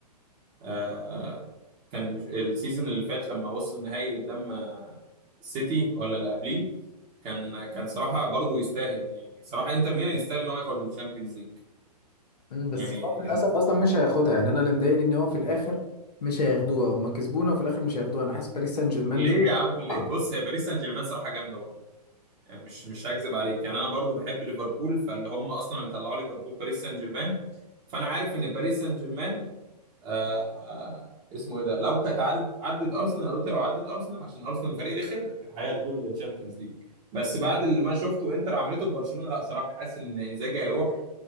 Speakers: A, on the right (about 35°); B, on the left (about 70°).
A: آه، آه، كان مش- السيزون اللي فات لما وصل النهائي قدام آه، السيتي ولا اللي قبليه كان كان صراحة برضو يستاهل يعني صراحة إنتر ميلان يستاهل إن هو ياخد الشامبيونز ليج
B: مم، بس
A: يعني
B: هو للاسف اصلا مش هياخدها يعني انا اللي مضايقني ان هو في الاخر مش هياخدوها هم كسبونا وفي الاخر مش هياخدوها انا حاسس باريس سان جيرمان
A: ليه يا عم
B: مصلحة
A: ليه؟
B: اكتر
A: بص هي باريس سان جيرمان صراحه جامده برضه يعني مش مش هكذب عليك يعني انا برضه بحب ليفربول فاللي هم اصلا اللي طلعوا ليفربول باريس سان جيرمان فانا عارف ان باريس سان جيرمان آه اسمه ايه ده لو كانت عد- عدت ارسنال أنا قلت لو عدت ارسنال عشان ارسنال فريق رخم هياخدوه للتشامبيونز ليج بس بعد اللي ما شفته انتر عملته في برشلونه لا صراحه حاسس ان انزاجي هيروح